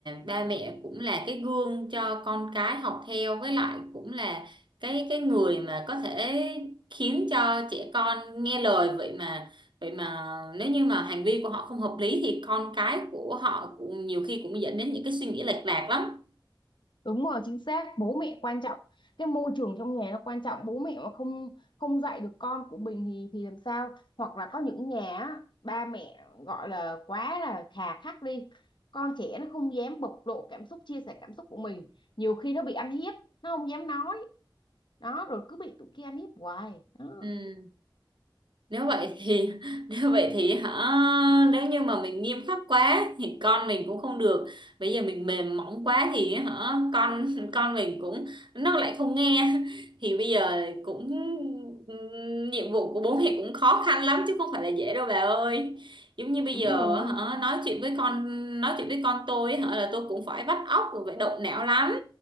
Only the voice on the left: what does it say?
Đúng rồi, chính xác, bố mẹ quan trọng. Cái môi trường trong nhà nó quan trọng, bố mẹ mà không không dạy được con của mình thì thì làm sao? Hoặc là có những nhà á, ba mẹ gọi là quá là khà khắc đi. Con trẻ nó không dám bộc lộ cảm xúc, chia sẻ cảm xúc của mình. Nhiều khi nó bị ăn hiếp, nó không dám nói. Đó, rồi cứ bị tụi kia ăn hiếp hoài. Đó,
đúng
rồi.